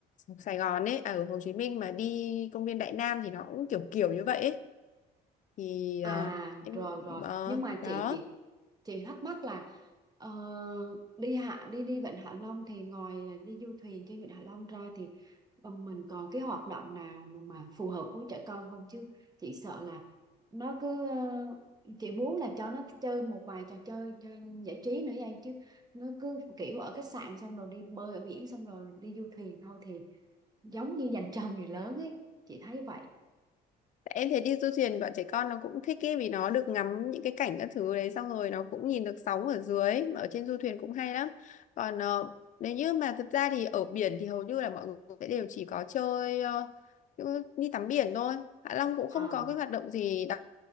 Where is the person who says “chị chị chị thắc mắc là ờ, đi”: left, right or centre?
Right